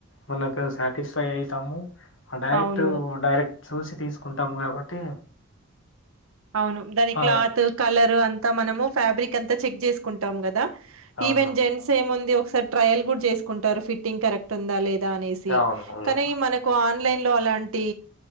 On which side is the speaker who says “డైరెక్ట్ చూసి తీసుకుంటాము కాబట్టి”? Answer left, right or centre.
Left